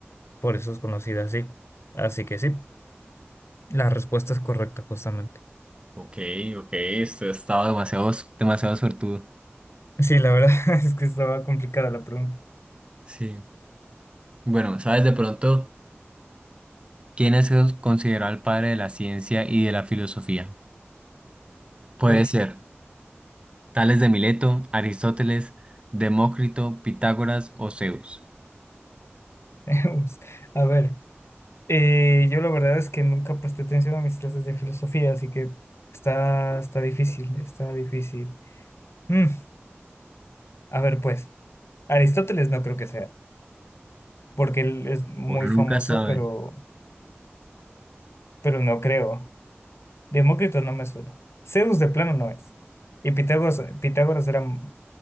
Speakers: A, on the left (about 75°); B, on the right (about 25°).
A: Por eso es conocida así. Así que sí, la respuesta es correcta justamente.
B: Ok, ok, esto estaba demasiado, demasiado suertudo.
A: Sí, la verdad <laughs> es que estaba complicada la pregunta.
B: Sí. Bueno, ¿sabes de pronto quién es considerado el padre de la ciencia y de la filosofía? Puede
A: Uy,
B: ser Tales de Mileto, Aristóteles, Demócrito, Pitágoras o Zeus.
A: <laughs> tenemos- a ver, eh, yo la verdad es que nunca presté atención a mis clases de filosofía, así que está, está difícil, está difícil. Mm, a ver, pues, Aristóteles no creo que sea, porque él es muy
B: Uno nunca
A: famoso,
B: sabe.
A: pero, pero no creo. Demócrito no me suena. Zeus de plano no es. Y Pitágoras, Pitágoras era m-